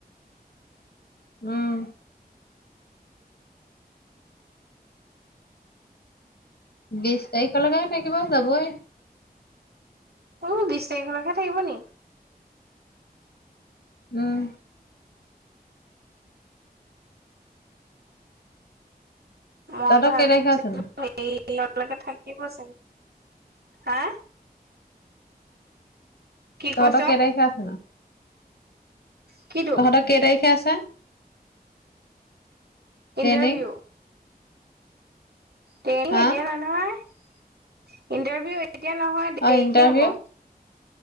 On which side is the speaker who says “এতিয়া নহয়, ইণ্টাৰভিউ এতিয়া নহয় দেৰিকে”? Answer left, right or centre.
Right